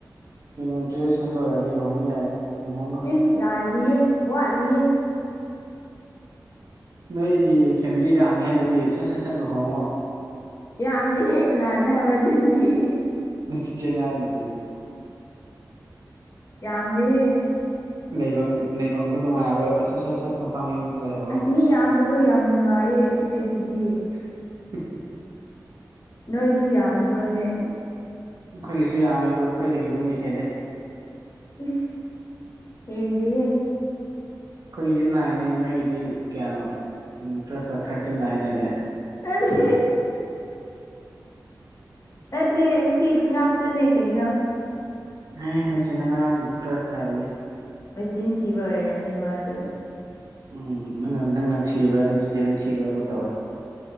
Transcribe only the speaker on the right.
ꯑꯩꯅ ꯒ꯭ꯔꯦꯖꯨꯌꯦꯁꯟ ꯂꯣꯏꯔꯗꯤ ꯂꯨꯍꯣꯡꯕ ꯌꯥꯔꯦ ꯂꯨꯍꯣꯡꯈ꯭ꯔꯣ
ꯅꯣꯏꯒꯤ ꯐꯦꯃꯤꯂꯤ ꯌꯥꯝꯅꯤ ꯍꯥꯏꯗꯗꯤ ꯁꯠ ꯁꯠ ꯁꯠ ꯂꯨꯍꯣꯡꯉꯣ
ꯅ ꯆ ꯆꯅꯥ ꯍꯥꯏꯗꯤ
ꯂꯩꯐꯝ ꯂꯩꯐꯝꯗꯣ ꯅꯨꯡꯉꯥꯏꯔꯣꯏꯕ ꯁꯠ ꯁꯠ ꯁꯠ ꯄꯃꯤ ꯂꯩꯣ
<unintelligible>
ꯑꯩꯈꯣꯏꯒꯤꯁꯨ ꯌꯥꯝꯃꯦ ꯑꯗꯣ ꯑꯩꯈꯣꯏꯗꯒꯤ ꯅꯣꯏꯅ ꯍꯦꯜꯂꯦ
ꯑꯩꯈꯣꯏꯒꯤꯗꯤ ꯅꯥꯏꯅꯦ ꯅꯣꯏꯒꯤꯗꯤ ꯀꯌꯥꯅꯣ ꯐ꯭ꯂꯁꯇ ꯊꯥꯔꯇꯤꯟꯂ ꯍꯥꯏꯗꯥꯏꯅꯦ
ꯑꯦ ꯅꯨꯡꯆꯤꯅ ꯉꯔꯥꯡ ꯇꯨꯞ ꯍꯥꯏꯕꯅꯦ <unintelligible>
ꯎꯝ ꯅꯪ ꯅꯪꯅ ꯊꯤꯕ꯭ꯔꯥ ꯅꯨꯡꯆꯤꯖꯦ ꯅꯪ ꯊꯤꯕ꯭ꯔꯥ ꯑꯃ ꯇꯧꯔꯦ